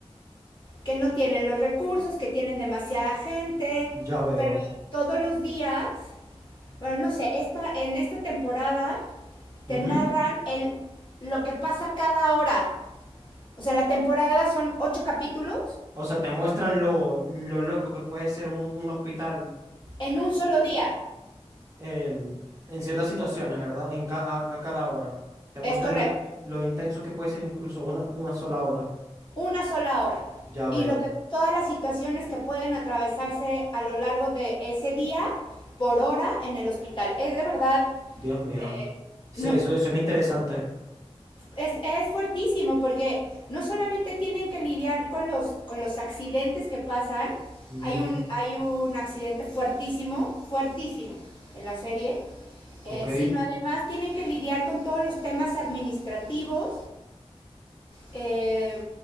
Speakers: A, on the left; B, on the right.
A: que no tienen los recursos, que tienen demasiada gente,
B: Ya veo.
A: pero todos los días, bueno, no sé, esta, en esta temporada te
B: Ujú.
A: narran el, lo que pasa cada hora. O sea, la temporada son ocho capítulos
B: O sea, te muestran lo, lo loco que puede ser un, un hospital
A: en un solo día.
B: em, en ciertas situaciones, ¿verdad? En ca- a, a cada hora. Te muestran
A: Es correcto,
B: lo, lo intenso que puede ser incluso una, una sola hora.
A: una sola hora.
B: Ya
A: Y
B: veo.
A: lo que, todas las situaciones que pueden atravesarse a lo largo de ese día por hora en el hospital. Es de verdad,
B: Dios mío.
A: eh,
B: Sí,
A: no,
B: eso suena interesante.
A: es, es fuertísimo porque no solamente tienen que lidiar con los, con los accidentes que pasan,
B: Mm,
A: hay un, hay un accidente fuertísimo, fuertísimo en la serie, eh,
B: ok.
A: sino además tienen que lidiar con todos los temas administrativos eh,